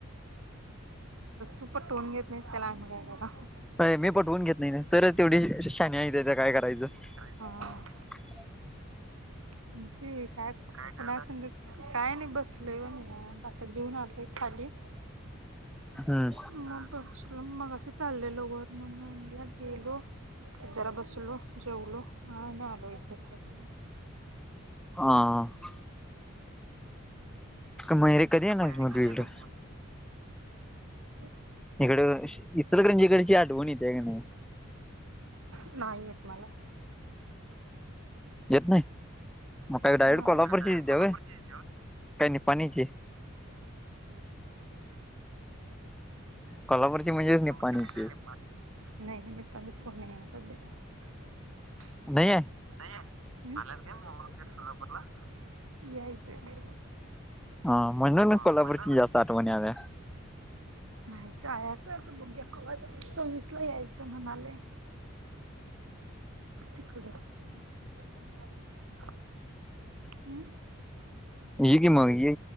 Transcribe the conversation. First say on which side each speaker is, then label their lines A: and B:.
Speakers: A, on the right (about 80°); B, in the centre.
A: तू पटोन घेत नाही. त्याला आम्ही काय कराव.
B: ये मी पटवून घेत नाही, सर तेवढी शानी आहे त्याच काय करायचं? <inaudible>
A: हा तुमची काय कुणासग, काय नाही बस आता जेऊन आलय खाली,
B: हम्म
A: मग च मग अशी चाललेल घर मण म्हणलं गेलो त्या जरा बसलो जेवलो हा नालो एक पे ख क
B: हा मग हे कधी येणारयस
A: म
B: मग
A: कर
B: तू इकडं?
A: ना <inaudible>
B: इकडं इचलकरंजीकडची आठवण येत्या का नाही?
A: नाही येत मला
B: येत नाही मग काय डायरेक्ट
A: नाही
B: कोल्हापूरचीच येत्या
A: कोल्हापूरची
B: व्हय? काय निपाणीची? कोल्हापूरची म्हणजेच निपाणीची
A: नाही नाही निपात को नाही आहे सध्या <inaudible> बत खट
B: <inaudible> नाहीे
A: <inaudible> नाहीलात घ सोलापूरला यायचं
B: <inaudible> हा
A: <inaudible>
B: म्हणून कोल्हापूरची
A: म्ह
B: जास्त आठवण याल्या.
A: नाहीच बघ्या क सोवीसला यायचं म्हणाले <inaudible> तिकडं <inaudible>
B: <inaudible>
A: हम्म
B: ये की मग ये